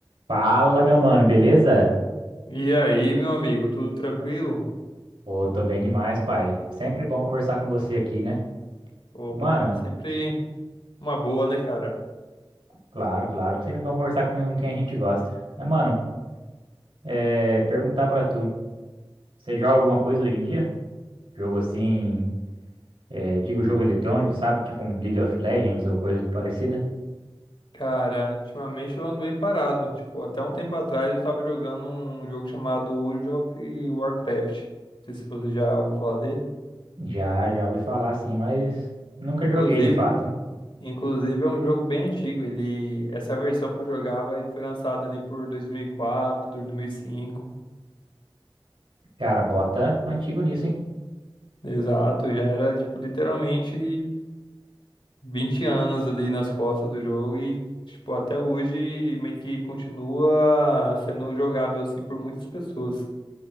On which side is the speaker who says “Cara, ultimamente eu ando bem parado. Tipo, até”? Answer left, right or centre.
Left